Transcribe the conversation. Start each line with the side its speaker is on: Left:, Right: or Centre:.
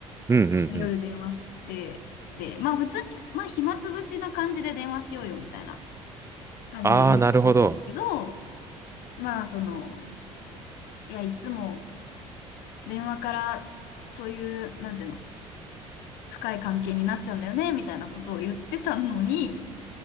Right: うんうんうん。
Left: まあ夜電話して、で、まあ普通に、まあ暇つぶしな感じで電話しようよみたいな感じで言ってたんですけど、
Right: ああ、なるほど。
Left: まあその、いや、いつも電話からそういう、なんていうの、深い関係になっちゃうんだよね、みたいなことを言ってたのに、